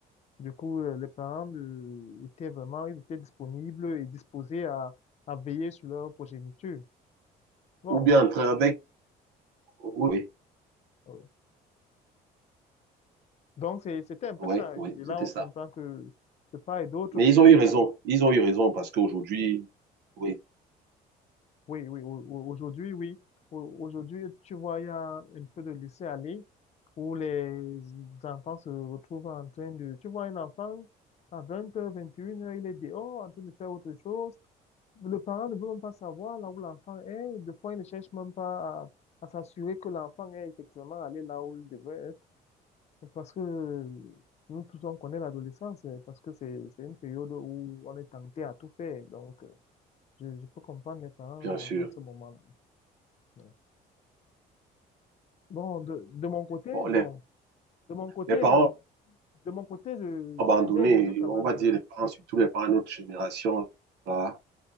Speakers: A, on the left; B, on the right.
A: du coup, euh, les parents euh, étaient vraiment, ils étaient disponibles et disposés à, à veiller sur leur progéniture. Bon,
B: Ou bien entrer avec. Oui.
A: euh, Donc, c'est- c'était un peu
B: Oui,
A: ça.
B: oui,
A: Et là,
B: c'était
A: on
B: ça.
A: comprend que de part et d'autre,
B: Mais
A: peut-être,
B: ils ont eu raison.
A: euh,
B: Ils ont eu raison parce qu'aujourd'hui, oui,
A: oui, oui, au- au- aujourd'hui, oui. Au- Aujourd'hui, tu vois, il y a un peu de laisser-aller où les enfants se retrouvent en train de, tu vois, un enfant à 20h, 21h, il est dehors en train de faire autre chose. Le parent ne veut même pas savoir là où l'enfant est. Des fois, il ne cherche même pas à, à s'assurer que l'enfant est effectivement allé là où il devrait Parce que nous tous, on connaît l'adolescence, euh, parce que c'est, c'est une période où on est tenté à tout faire. Donc, euh, je, je peux comprendre les parents
B: bien sûr.
A: en ce moment-là. Ouais. Bon, de, de mon côté,
B: Bon,
A: bon,
B: les,
A: de mon côté,
B: les parents
A: euh, de mon côté, je,
B: abandonnés,
A: j'ai, j'ai évolué quand
B: on
A: même.
B: va
A: euh,
B: dire les parents, surtout les parents de notre génération, là.